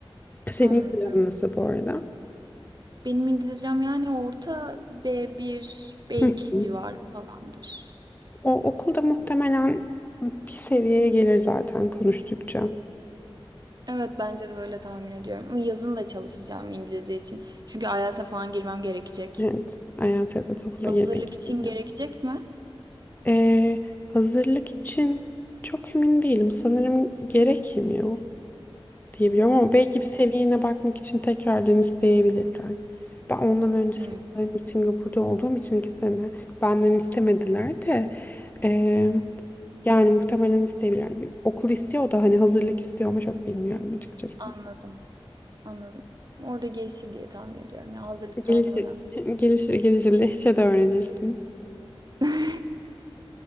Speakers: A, on the left; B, on the right.
A: Senin
B: Anladım.
A: planın nasıl bu arada?
B: Benim İngilizcem yani orta B1, B2
A: Hı hı.
B: civarı falandır.
A: O okulda muhtemelen bir seviyeye gelir zaten konuştukça.
B: Evet bence de öyle tahmin ediyorum. Ama Yazın da çalışacağım İngilizce için. Çünkü IELTS'e falan girmem gerekecek.
A: Evet, IELTS ya da TOEFL'a
B: Hazırlık
A: girmek
B: için
A: gerekiyor.
B: gerekecek mi?
A: Ee, hazırlık için çok emin değilim. Sanırım gerekmiyor diye biliyorum ama belki bir seviyene bakmak için tekrardan isteyebilirler. Ben ondan öncesinde
B: Hı,
A: hani Singapur'da olduğum için iki sene benden istemediler de ee, yani muhtemelen isteyebilirler. Yani Okul istiyor da hani hazırlık istiyor ama çok bilmiyorum açıkçası.
B: anladım. Anladım. Orada gelişir diye tahmin ediyorum ya hazırlıktan
A: Gelişir,
B: sonra.
A: <laughs> gelişir, gelişir. Lehçe de öğrenirsin.
B: <laughs>